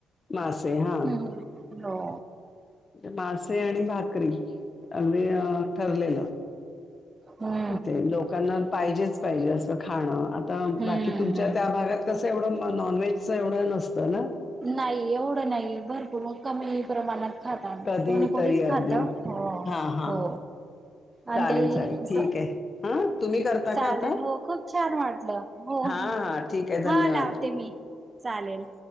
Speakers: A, on the left; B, on the right.
A: मासे हा.
B: हो हो.
A: मासे आणि भाकरी अगदी अ ठरलेलं.
B: हम्
A: ते लोकांना पाहिजेच पाहिजे असं खाणं आता
B: हम्म
A: बाकी तुमच्या
B: हम्म
A: त्या भागात कसं तेवढं नॉन व्हेजचं एवढं नसतं ना.
B: नाही एवढं नाही भरपूर मग कमी प्रमाणात खाता
A: कधीतरी
B: कोणी कोणीच खात
A: अगदी.
B: हो
A: हां, हां.
B: हो. आणि
A: चालेल,
B: ते हि
A: चालेल.
B: अस
A: ठीक आहे. हां, तुम्ही करता
B: चालेल
A: का आता?
B: हो खूप छान वाटलं. हो हो,
A: हां, हां. ठीक आहे. धन्यवाद.
B: हा लावते मी चालेल.